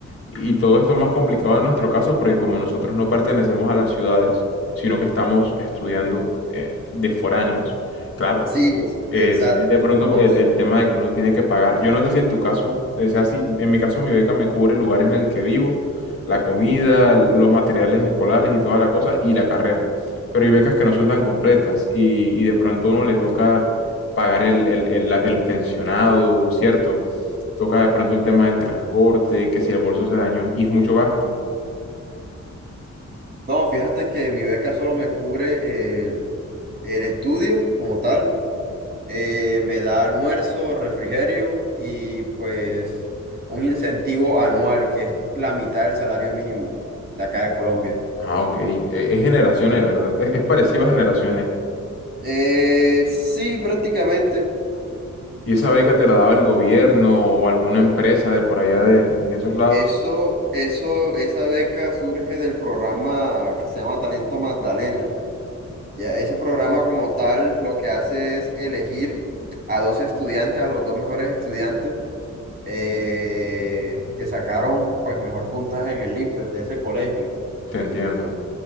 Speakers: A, on the left; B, on the right.
A: Y todo esto más complicado en nuestro caso porque como nosotros no pertenecemos a las ciudades, sino que estamos estudiando eh, de foráneos, claro,
B: Sí, es,
A: es,
B: exacto,
A: es de pronto
B: somos...
A: el, el tema de que uno tiene que pagar. Yo no sé si en tu caso es así, en mi caso mi beca me cubre el lugar en el que vivo, la comida, los materiales escolares y toda la cosa y la carrera. Pero hay becas que no son tan completas y, y de pronto a uno le toca pagar el, el el- la- el pensionado, ¿cierto? Toca de pronto el tema del transporte, que si el bolso se dañó, y es mucho gasto.
B: No, fíjate que mi beca solo me cubre eh, el estudio como tal, eh, me da almuerzo, refrigerio y pues un incentivo anual que es la mitad del salario mínimo de acá de Colombia.
A: Ah, ok. E- Es generaciones, de verdad. Es, es parecido a generaciones.
B: Eh, sí, prácticamente.
A: ¿Y esa beca te la daba el gobierno o alguna empresa de por allá de, de esos lados?
B: Eso, eso, esa beca surge del programa que se llama Talento Magdalena. Ya, ese programa como tal lo que hace es elegir a dos estudiantes, a los dos mejores estudiantes eh, que sacaron pues mejor puntaje en el IFES de ese colegio.
A: Te entiendo.